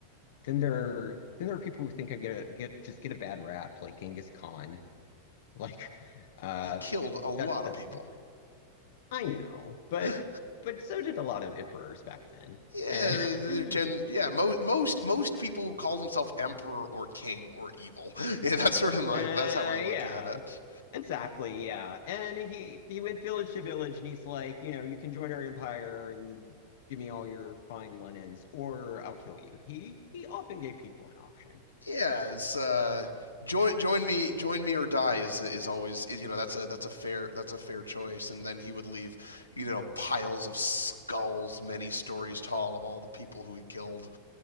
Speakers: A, on the left; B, on the left.
A: then there then there are people who think I get a get just get a bad rap, like Genghis Khan. <laughs> Like, uh,
B: He killed a lot
A: that that's
B: of people.
A: different. I know, but
B: <gasps> yeah,
A: but so did a lot of emperors back then.
B: they're
A: And <laughs> uh,
B: gen- yeah. Most most most people who call themselves emperor or king were evil. <laughs> yeah, that's sort of my
A: yeah,
B: that's how I look at it.
A: Exactly, yeah. And he he went village to village and he's like, you know, you can join our empire and give me all your fine linens, or I'll kill you. He he often gave people an option.
B: Yeah, it's uh, join join me join me or die is is always is, you know that's a that's a fair that's a fair choice. And then he would leave you know piles of skulls many stories tall of all the people who he killed.